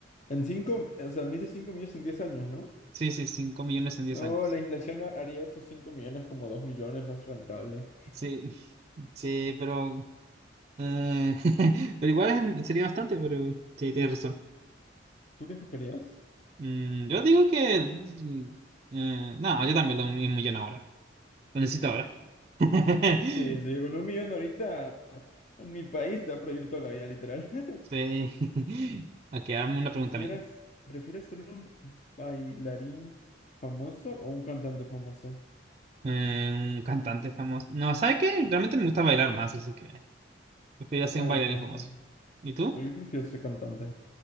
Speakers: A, on the left (about 40°); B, on the right (about 35°).
A: En cinco, o sea, me hice cinco millones en diez años, ¿no?
B: sí, sí, cinco millones en diez
A: No,
B: años.
A: la inflación haría esos cinco millones como dos millones más rentable.
B: Sí. <laughs> Sí, pero Eh, <laughs> pero igual es- sería bastante, pero sí, tienes razón.
A: ¿Tú qué escogerías?
B: Mm, yo digo que... mm, eh, no, yo también lo mismo millón ahora. Lo necesito ahora. <laughs>
A: Sí, sí, con un millón ahorita en mi país te va a prohibir toda la vida, literal. <laughs>
B: Sí. Ok, hazme una
A: ¿Prefieras,
B: pregunta amigo
A: prefieres ser un bailarín famoso o un cantante famoso?
B: Eh, un cantante famoso. No, ¿sabes qué? Realmente me gusta bailar más, así que preferiría ser
A: O
B: un bailarín
A: bailar.
B: famoso. ¿Y tú?
A: O yo prefiero ser cantante.